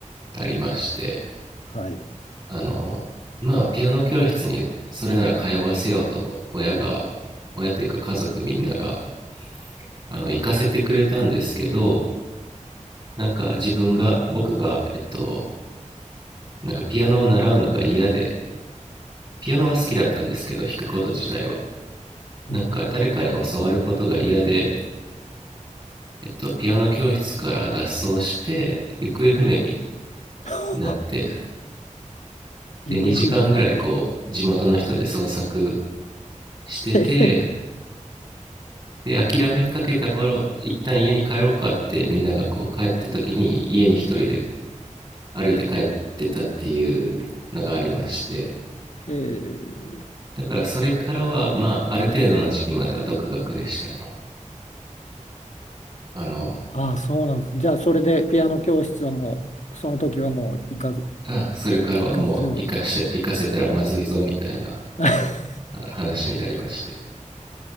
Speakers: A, on the right (about 25°); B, on the left (about 65°).
A: ありまして、
B: はい。
A: あの、まあピアノ教室にそれなら通わせようと親が、親というか家族みんなが、あの、行かせてくれたんですけど、なんか自分が、僕が、えっと、なんかピアノを習うのが嫌で、ピアノは好きだったんですけど、弾くこと自体は。なんか誰かに教わることが嫌で、
B: うん。
A: えっと、ピアノ教室から脱走して行方不明に
B: <laughs>
A: なって
B: 行方不明になって。
A: で2時間ぐらいこう地元の人で捜索してて
B: <laughs>
A: で諦めかけた頃一旦家に帰ろうかってみんながこう帰った時に家に一人で歩いて帰ってたっていうのがありまして
B: えー、
A: だからそれからはまあある程度の時期までは独学でしたねあの
B: ああ、そうなんです。じゃあ、それでピアノ教室はもう、その時はもう行かず、
A: あそれからはもう行かして行かせたらまずいぞみたいな
B: 行かず、<laughs>
A: 話になりまして